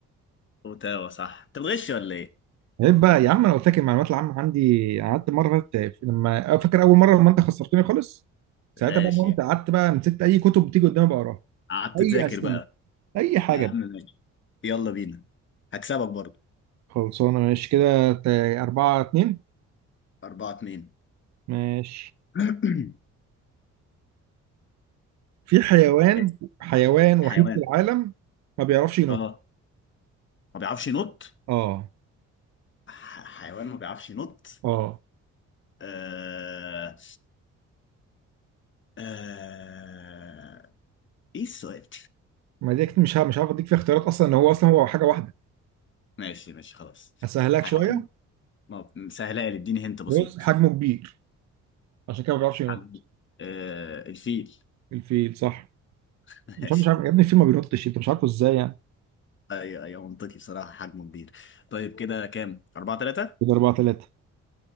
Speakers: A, on the left (about 40°); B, on the right (about 65°).
A: اوتاوا صح انت بتغش ولا ايه
B: عيب بقى يا عم انا قلت لك المعلومات العامه عندي قعدت مره فاتت لما فاكر اول مره لما انت خسرتني خالص ساعتها
A: ماشي
B: بقى
A: يا
B: انت
A: عم.
B: قعدت بقى مسكت اي كتب بتيجي قدامي بقراها
A: قعدت
B: اي
A: تذاكر
B: اسئله
A: بقى
B: اي حاجه
A: يا عم
B: بقى.
A: ماشي يلا بينا هكسبك برضه
B: خلصانه ماشي كده ت- أربعة اتنين
A: أربعة اتنين
B: ماشي
A: <coughs>
B: في حيوان
A: <clears throat>
B: حيوان وحيد
A: حيوان
B: في العالم ما بيعرفش ينط
A: اه ما بيعرفش ينط
B: اه
A: ح- حيوان ما بيعرفش ينط
B: اه
A: آه... آه... ايه السؤال
B: ما دي أكيد مش ه- مش عارف اديك فيها اختيارات اصلا ان هو اصلا هو حاجه واحده
A: ماشي ماشي خلاص
B: اسهلك
A: حيوان
B: شويه
A: ما سهلة لي اديني هنت بسيط
B: بص حجمه كبير عشان كده ما بيعرفش ينط
A: حجمه آه الفيل
B: الفيل صح
A: <laughs>
B: مش
A: ماشي
B: عارف مش عارف يا ابني الفيل ما بينطش انت مش عارفه ازاي يعني
A: ايوه ايوه منطقي بصراحة حجمه كبير طيب كده كام؟ أربعة تلاتة؟
B: كده 4 3